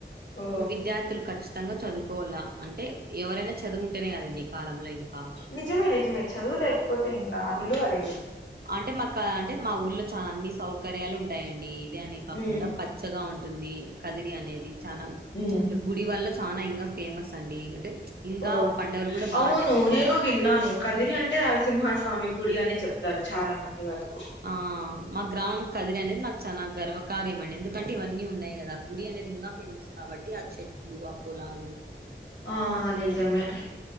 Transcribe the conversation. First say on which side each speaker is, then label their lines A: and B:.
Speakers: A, on the left; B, on the right.
A: ఓ
B: ఇంకా విద్యార్థులు ఖచ్చితంగా చదువుకోవల్లా అంటే ఎవరైనా చదువుంటేనే కదండి కాలంలో ఇంకా
A: నిజమే నిజమే చదువు లేకపోతే ఇంకా విలువలేదు
B: అంటే మాకా అంటే మా ఊర్లో చానా అన్ని సౌకర్యాలు ఉంటాయండి ఇది అని కాకుండా
A: ఉమ్
B: పచ్చగా ఉంటుంది కదిరి అనేది చనా
A: ఉమ్
B: గుడి వల్ల తానా ఇంకా ఫేమస్ అండి అంటే ఇంకా
A: ఓ
B: పండుగలు కూడా బాగా
A: అవును
B: చేస్తారు
A: నేను విన్నాను కదిరి అంటే నరసింహస్వామి గుడి అని చెప్తారు చాలా మంది వరకు
B: ఆ మా గ్రామం కదిరి అనేది నాకు చాలా గర్వకార్యమండి ఎందుకంటే ఇవన్నీ ఉన్నాయి కదా గుడి అనేది ఇంగా ఫేమస్ కాబట్టి ఆ చెట్లు ఆ పొలాలు
A: ఆ నిజమే